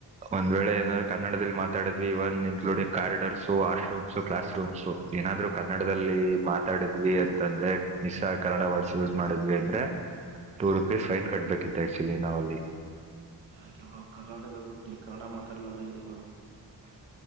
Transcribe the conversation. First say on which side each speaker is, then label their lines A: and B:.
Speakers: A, on the right; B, on the right.
A: ಒಂದ್ ವೇಳೆ ಏನಾದ್ರರು ಕನ್ನಡದಲ್ಲಿ ಮಾತಾಡಿದ್ವಿ even including corridors washrooms class rooms ಏನಾದ್ರು ಕನ್ನಡದಲ್ಲಿ ಮಾತಾಡಿದ್ವಿ ಅಂತಂದ್ರೆ ಮ್ ಕನ್ನಡ ವರ್ಡ್ಸ್ ಯೂಸ್ ಮಾಡಿದ್ವಿ ಅಂದ್ರೆ ಟೂ ರುಪೀಸ್ ಫೈನ್ ಕಟ್ಬೇಕಿತ್ತು ಆಕ್ಚುಲಿ ನಾವಲ್ಲಿ
B: ಯಾಕ ಇಬ್ರು ಕರ್ನಾಟಕದ ಹುಟ್ಟಿ ಕನ್ನಡ ಮಾತಾಡ್ಲ ಅಂದ್ರೆ ಹೆಂಗಬ್ರು